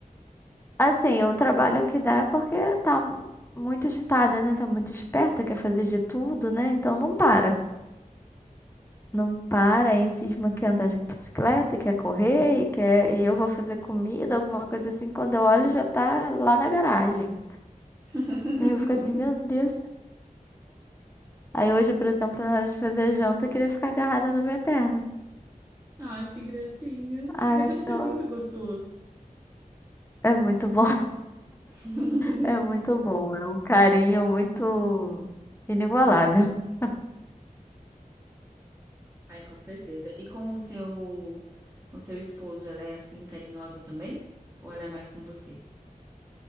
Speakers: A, on the left; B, on the right.
A: Assim, o trabalho que dá é porque tá muito agitada, né? Tá muito esperta, quer fazer de tudo, né? Então não para. Não para, aí cisma quer andar de bicicleta, quer correr, e quer... e eu vou fazer comida, alguma coisa assim. Quando eu olho, já tá lá na garagem.
B: <laughs>
A: E eu fico assim, meu Deus do céu. Aí hoje, por exemplo, na hora de fazer janta, eu queria ficar agarrada na minha perna.
B: Ai, que gracinha.
A: Ai,
B: Mas deve ser
A: eu-
B: muito gostoso.
A: é muito bom.
B: <laughs>
A: É muito bom, é um carinho muito inigualável. <laughs>
B: Ai, com certeza. E com o seu, com seu esposo, ela é assim carinhosa também? Ou ela é mais com você?